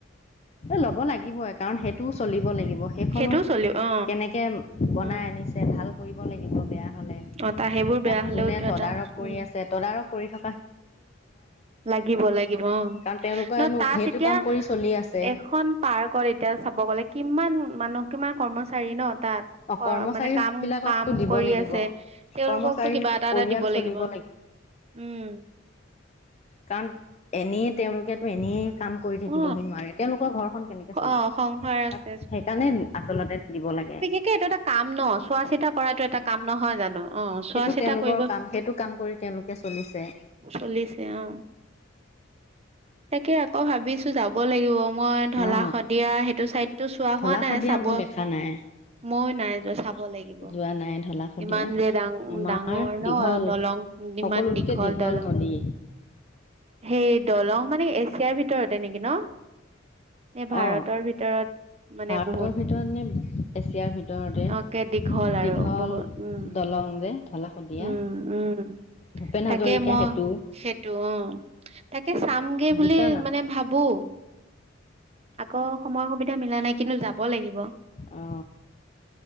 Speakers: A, on the left; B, on the right.
A: ল'ব লাগিবই কাৰণ সেইটোও চলিব লাগিব। সেইখনো
B: সেইটোও চলিব অ
A: কেনেকে বনাই
B: উম
A: আনিছে ভাল কৰিব লাগিব বেয়া হলে
B: অ তা সেইবোৰ বেয়া
A: তাক
B: হলেও
A: যোনে তদাৰক
B: এটা
A: কৰি
B: উম
A: আছে তদাৰক কৰি থ
B: লাগিব লাগিব অ
A: কাৰণ তেওঁলোকেনো
B: ন তাত
A: সেইটো
B: এতিয়া
A: কাম কৰি চলি আছে
B: এখন পাৰ্কত এতিয়া চাব গলে কিমান মানুহ কিমান কৰ্মচাৰী ন তাত
A: অ কৰ্মচাৰী
B: মানে কাম
A: বিলাককতো
B: কাম
A: দিব
B: কৰি
A: লাগিব
B: আছে তেওঁলোককতো
A: কৰ্মচাৰীৰ
B: কিবা এটা
A: পৰিয়াল
B: এটা দিব
A: চলিব
B: লাগিব উম।
A: কাৰণ এনেই তেওঁলোকেতো এনেই কাম কৰি থাকিবহি
B: অ
A: নোৱাৰে তেওঁলোকৰ ঘৰখন কেনেকে চলাব
B: অ সংসাৰ আছে
A: তাত সেইকাৰণে আচলতে দিব লাগে।
B: কে এইটো এটা কাম ন চোৱা চিতা কৰাটো এটা কাম নহয় জানো অ চোৱা
A: সেইটো
B: চিতা
A: তেওঁলোকৰ
B: কৰিব
A: কাম সেইটো কাম কৰি তেওঁলোকে চলিছে
B: চলিছে অ তাকে অ ভাবিছো যাব লাগ মই ঢলা
A: অ
B: শদিয়া সেইটো চাইডটো চোৱা
A: ঢলা
B: হোৱা নাই
A: শদিয়া
B: চাব
A: মোৰ দেখা নাই
B: ময়ো নাই চাব লাগিব
A: যোৱা নাই ঢলা শদিয়া
B: ইমান যে ডাং
A: আমাৰ
B: ডাঙৰ ন
A: দীঘল
B: দলং
A: সকলোতকে
B: ইমান দীঘল দলং
A: নদী
B: সেই দলং মানে এছিয়াৰ ভিত ৰতে নেকি ন নে ভাৰতৰ
A: অ
B: ভিতৰত মানে
A: ভাৰতৰ
B: বহুত
A: ভিতৰত নে এছিয়াৰ ভিতৰতে
B: অকে দীঘল আৰু
A: দীঘল
B: বহুত উম
A: দলং যে ঢলা শদিয়া
B: উম উম
A: ভূপেন
B: তাকে
A: হাজৰিকা
B: মই
A: সেতু
B: সেইটো অ তাকে চাম <unintelligible> গে বুলি
A: দুটা নাম
B: মানে ভাবো আকৌ সময় সুবিধা মিলা নাই কিন্তু যাব লাগিব।
A: অ